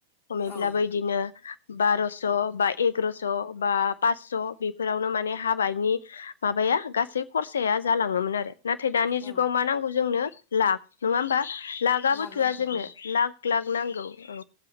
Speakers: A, on the left; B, on the left.
A: खमैब्लाबो
B: औ
A: इदिनो बार'स' बा एग्र'स' बा पासस' बेफोरावनो माने हाबानि माबाया गासै खरसाया जालाङोमोन आरो। नाथाय दानि जुगाव
B: औ
A: मा नांगौ जोंनो लाख नङा होमबा? लागाबो
B: लांनांगौ
A: थोआ जोंनो
B: औ
A: ला लाख नांगौ औ